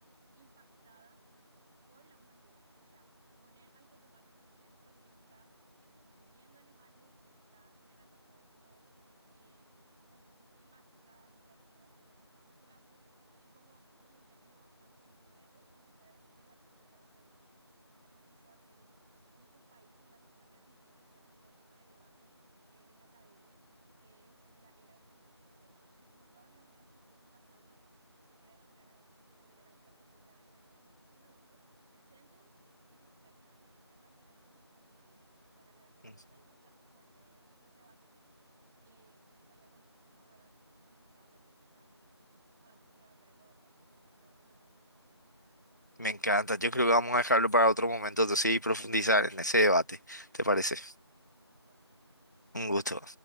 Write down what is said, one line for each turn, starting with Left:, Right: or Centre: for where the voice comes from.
Centre: impactada por la humanidad. O sea, poner al ser humano en el centro, quien está extinguiendo animales, quien está generando todo esto en estas crisis climáticas y la alteración de los ciclos naturales, es como, como un término bastante nuevo y que se está de- debatiendo ya según este profesor en muchos países de la región en Argentina, está haciendo tema de debate eh, en la academia. que es la era del antropoceno, así como todas las eras que fuimos pasando, se quiere dominar a est- denominar a esta como la era del antropoceno, donde el centro es el ser humano, el dominante es el ser humano sobre la naturaleza.
Left: Mm.
Centre: Y es bastante fuerte, es un debate que eh, estaría buenísimo, ¿verdad? Profundizar, analizar y podemos, creo, hablarlo también en otro, en otro momento.
Left: Me encanta, yo creo que vamos a dejarlo para otro momento, entonces, y profundizar en ese debate, ¿te parece?
Centre: Súper. Un gusto.
Left: Un gusto.